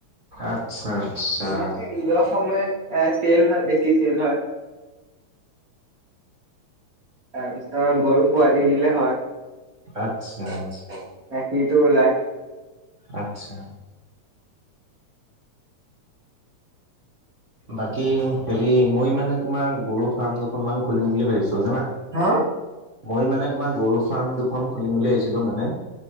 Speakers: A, on the right; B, on the right.
A: আচ্ছা আচ্ছা
B: এইয়া সেই ঈদৰ সময়ত এ চেল হয় বেছি চেল হয়। তাৰপিছত গৰু পোৱালি দিলে হয়
A: আচ্ছা
B: গাখীৰটো ওলাই।
A: আচ্ছা। বাকী হেৰি মই মানে তোমাৰ গৰু ফাৰ্ম দুখনমান খুলিম বুলি ভাবিছো। টো জানা?
B: হা
A: মই মানে তোমাৰ গৰু ফাৰ্ম দুখন খুলিম বুলি আহিছিলো মানে